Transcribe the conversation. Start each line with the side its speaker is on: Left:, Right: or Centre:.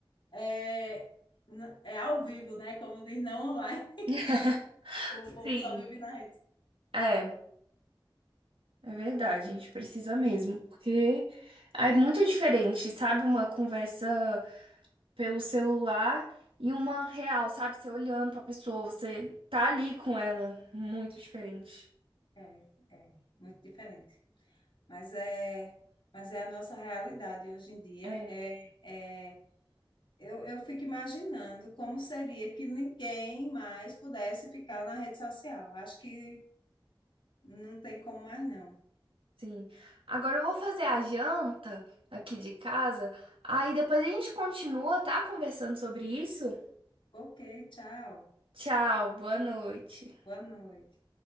Left: é, n- é ao vivo, né? Como diz, não online.
Right: <laughs>
Left: Como o povo
Right: sim.
Left: só vive na rede.
Right: É, é verdade. A gente precisa mesmo, porque é muito diferente, sabe? Uma conversa pelo celular e uma real, sabe? Você olhando pra pessoa, você tá ali com ela. Muito diferente.
Left: É, é muito diferente. Mas é, mas é a nossa realidade hoje em dia.
Right: É,
Left: É, é, eu, eu fico imaginando como seria que ninguém mais pudesse ficar na rede social. Acho que não tem como mais, não.
Right: sim. Agora eu vou fazer a janta aqui de casa. Aí depois a gente continua, tá? Conversando sobre isso.
Left: Ok, tchau.
Right: Tchau, boa noite.
Left: Boa noite.